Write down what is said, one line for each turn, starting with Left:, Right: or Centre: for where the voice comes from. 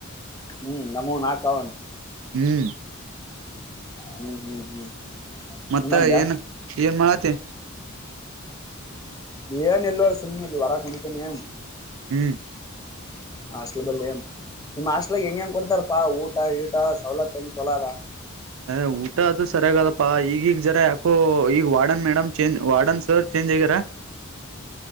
Left: ಹ್ಮ್ ನಮವ ನಾಕ ಅವ ಅಂತ
Right: ಹ್ಮ್
Left: ಹ್ಮ್ ಹ್ಮ್ ಹ್ಮ್
Right: ಮತ್ತ
Left: ಹಂಗಂದ್ಯಾ
Right: ಏನ್ ಏನ್ ಮಾಡತ್ತಿ
Left: ಏನು ಇಲ್ಲ ಸುಮ್ಮನೆ ಇಲ್ಲ ಹೊರಗ ಕುಂತಿನಿ
Right: ಹ್ಮ್
Left: ಹಾಸ್ಟ್ಲ್ ಬಲ್ಲಿ ನಿಮ್ ಹಾಸ್ಟ್ಲಗ ಹೆಂಗ ಹೆಂಗ ಕೊಡ್ತಾರಪಾ ಊಟ ಗೀಟ ಸವಲತ್ತು ಹೆಂಗ್ ಚಲೋದ
Right: ಅ ಊಟ ಅದು ಸರಿಯಾಗದಪ್ಪಾ ಈಗ ಈಗ ಜರಾ ಯಾಕೋ ಈಗ warden madam change warden sir change ಆಗ್ಯಾರ
Left: <inaudible>